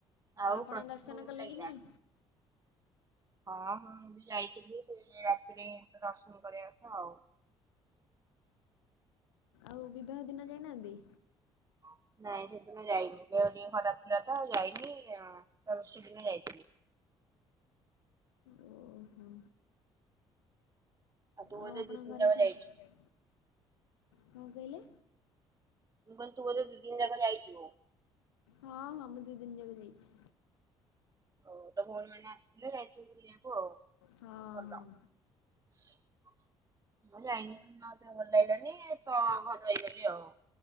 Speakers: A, on the right (about 25°); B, on the left (about 80°).
A: ଆଉ
B: ଆପଣ
A: <unintelligible> କେମିତି
B: ଦର୍ଶନ କଲେ
A: ଲାଗିଲା
B: କି ନାହିଁ
A: ହଁ ହଁ ମୁଁ ଯାଇଥିଲି ସେ ରାତିରେ ଦର୍ଶନ କରିବା କଥା ଆଉ।
B: ଆଉ ବିବାହ ଦିନ ଯାଇନାହାନ୍ତି।
A: <inaudible> ନାଇଁ ସେଦିନ ଯାଇନି ଦେହ ଟିକେ ଖରାପ ଥିଲା ତ ଆଉ ଯାଇନି ତାରି ସେଦିନ ଯାଇଥିଲି।
B: ଓ-ହୋ
A: ତୁ
B: ଆଉ
A: ବୋଧେ
B: ଆପଣଙ୍କ
A: ଦି ଦିନ
B: ଘରେ
A: ଯାକ
B: ସ
A: ଯାଇଛୁ
B: <unintelligible> କଣ କହିଲେ।
A: ମୁଁ କହିଲି ତୁ ବୋଧେ ଦିଦିନି ଯାକ ଯାଇଚୁ।
B: ହଁ ହଁ ମୁଁ ଦିଇ ଦିନ ଯାକ ଯାଇଛି।
A: ହଉ ତୋ ଭଉଣୀ ମାନେ ଆସିଥିଲୁ ତୁ ବୁଲିବାକୁ ଆଉ
B: ହଁ
A: ଭଲ। <inaudible> ମୁଁ ଯାଇନି ସେ ଦିନ ମା ଦେହ ଭଲ ଲାଗିଲାନି ତ ଘରେ ରହିଗଲି ଆଉ।